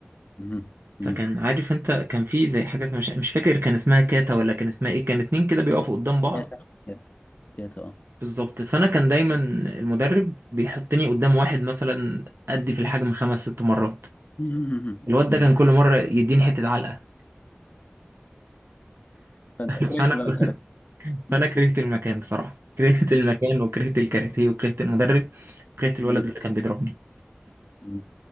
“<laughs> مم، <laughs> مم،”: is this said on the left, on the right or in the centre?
Left